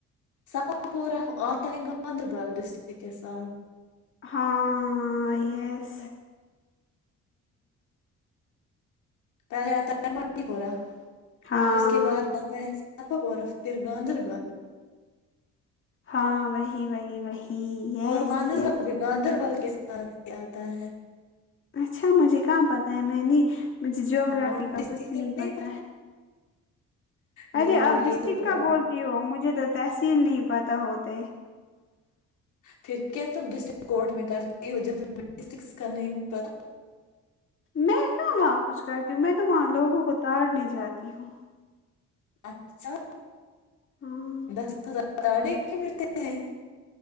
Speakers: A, on the left; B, on the left.
A: سفا پورہ آتا ہے گاندربل ڈسٹک کے کے ساتھ
B: ہاں یس
A: پہلے آتا ہے مانی پورا
B: ہاں
A: اور اس کے بعد آتا ہے صفا پورا پھر گاندربل
B: ہاں وہی وہی وہی یس
A: اور مانسبل
B: یس
A: بھی گاندربل کے ساتھ ہی آتا ہے
B: اچھا مجھے کہاں پتاہ ہے میں نے مجھے جیوگرافی
A: اور
B: کا
A: ڈسٹرکٹ
B: کچھ نہیں پتا
A: پتہ
B: ہے
A: نہیں
B: ارے
A: تو
B: آپ
A: یہ
B: ڈسٹرک
A: تو
B: کا بولتی ہو مجھے تو تحصیل نہیں پتہ ہوتے
A: پھر کیا تم ڈسٹرک کورٹ میں کرتے ہو جب ڈسٹرکٹ کا نہیں پتا
B: میں کہماں کچھ کرتی ہوں میں تو وہاں لوگوں کو تاڑنے جاتی ہوں
A: اچھا
B: ہاں
A: دس ملتے ہیں <unintelligible>